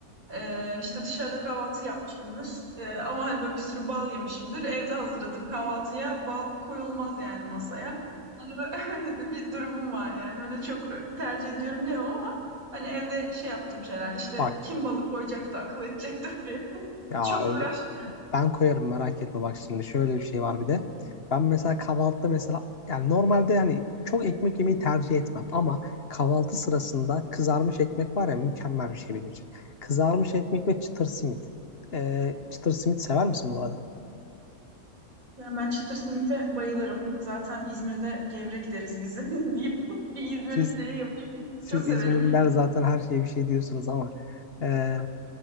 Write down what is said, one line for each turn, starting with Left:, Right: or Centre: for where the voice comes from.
Right: ee, işte dışarıda kahvaltı yapmışımdır. Ee, ama hani böyle bir sürü bal yemişimdir. Evde hazırladığım kahvaltıya bal koyulmaz yani masaya. Hani böyle <laughs> öyle de bir durumum var yani. Öyle çok e, tercih ediyorum diyemem ama hani evde şey yaptığım şeyler işte
Left: Bak
Right: kim balı koyacaktı akıl edecek de diye <laughs>
Left: ya
Right: çok uğraşmıyorum.
Left: Ben koyarım merak etme bak şimdi şöyle bir şey var bir de. Ben mesela kahvaltıda mesela yani normalde hani çok ekmek yemeyi tercih etmem ama kahvaltı sırasında kızarmış ekmek var ya mükemmel bir şey benim için. Kızarmış ekmek ve çıtır simit. Ee, çıtır simit sever misin bu arada?
Right: Yani ben çıtır simite bayılırım. Zaten İzmir'de gevrek deriz biz <laughs> deyip bir İzmirli
Left: Siz
Right: şeyi yapayım.
Left: siz
Right: Çok severim.
Left: İzmirliler zaten her şeye bir şey diyorsunuz ama ee,